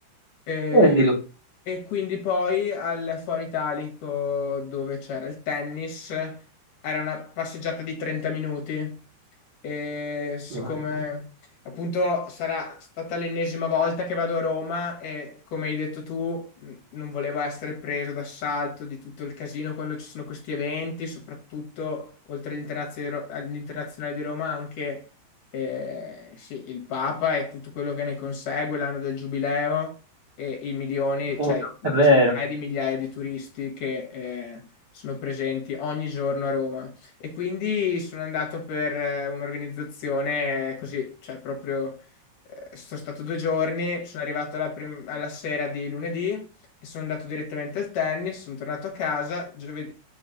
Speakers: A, on the left (about 60°); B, on the right (about 75°).
A: E,
B: Prendilo.
A: e quindi poi al Foro Italico dove c'era il tennis era una passeggiata di 30 minuti e siccome
B: No, È
A: appunto sarà stata l'ennesima volta che vado a Roma e come hai detto tu mh, non volevo essere preso d'assalto di tutto il casino quando ci sono questi eventi, soprattutto oltre all'interazio di Ro- all'Internazionale di Roma anche eh, sì, il Papa e tutto quello che ne consegue, l'anno del Giubileo e i milioni,
B: vero,
A: cioè
B: è vero.
A: centinaia di migliaia di turisti che eh, sono presenti ogni giorno a Roma e quindi sono andato per eh, un'organizzazione così, cioè proprio eh, sono stato due giorni, sono arrivato alla, prim- alla sera di lunedì e sono andato direttamente al tennis, sono tornato a casa, giove-